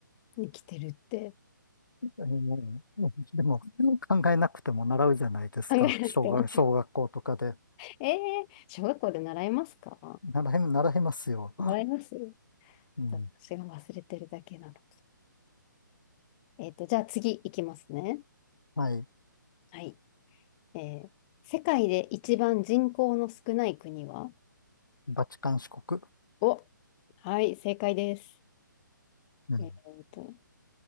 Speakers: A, on the left; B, on the left.
A: 生きてるって。
B: えー <laughs> でも、考えなくても習うじゃないですか。
A: 考えなくても。
B: 小学、
A: <laughs>
B: 小学校とかで。
A: ええ小学校で習いますか
B: 習い、習いますよ。
A: 習います
B: うん。
A: 私が忘れてるだけなのか。えっと、じゃあ次いきますね。
B: はい。
A: はい。えー、世界で一番人口の少ない国は
B: バチカン市国。
A: お、はい、正解です。
B: うん。
A: えっと、